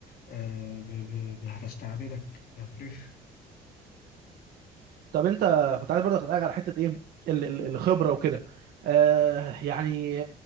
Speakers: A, on the left (about 65°); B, on the right (about 65°).
A: آه ب ب ب- هتستعبدك كفريش
B: طب انت كنت عايز برضه اسالك على حته ايه ال- ال- الخبره وكده آه يعني